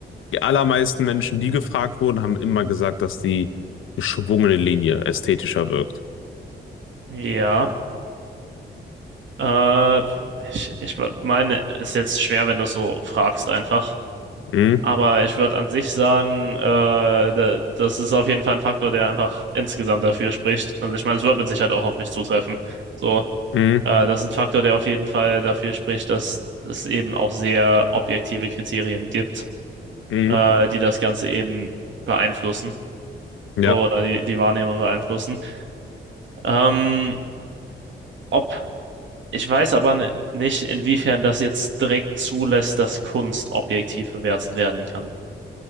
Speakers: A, on the left; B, on the right.
A: die allermeisten Menschen, die gefragt wurden, haben immer gesagt, dass die geschwungene Linie ästhetischer wirkt.
B: ja, äh, ich, ich würd- meine, ist jetzt schwer, wenn du es so fragst einfach.
A: Hm,
B: Aber ich würde an sich sagen, äh, da, das ist auf jeden Fall ein Faktor, der einfach insgesamt dafür spricht. Also ich meine, es wird mit Sicherheit auch auf mich zutreffen. So,
A: hm,
B: äh, das ist ein Faktor, der auf jeden Fall dafür spricht, dass es eben auch sehr objektive Kriterien gibt,
A: hm.
B: äh, die das Ganze eben beeinflussen.
A: Ja,
B: So, oder die, die Wahrnehmung beeinflussen. Ähm, ob Ich weiß aber n- nicht, inwiefern das jetzt direkt zulässt, dass Kunst objektiv bewertet werden kann.